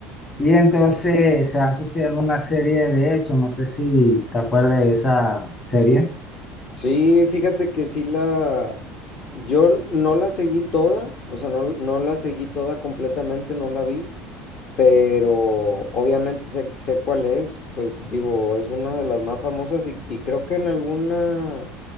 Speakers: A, on the left; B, on the left.
A: y entonces se van sucediendo una serie de hechos, no sé si te acuerdas de esa serie.
B: Sí, fíjate que sí la... Yo no la seguí toda, o sea, no, no la seguí toda completamente, no la vi, pero obviamente sé, sé cuál es, pues digo, es una de las más famosas y, y creo que en alguna,